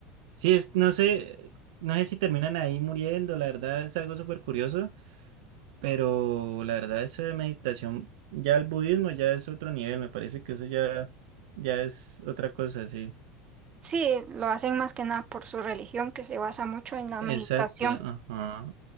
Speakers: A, on the right; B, on the right.
A: sí, es, no sé, no sé si terminan ahí muriendo, la verdad es algo súper curioso. Pero la verdad, esa meditación, ya el budismo ya es otro nivel, me parece que eso ya, ya es otra cosa, sí.
B: Sí, lo hacen más que nada por su religión que se basa mucho en la
A: Exacto,
B: meditación.
A: ajá.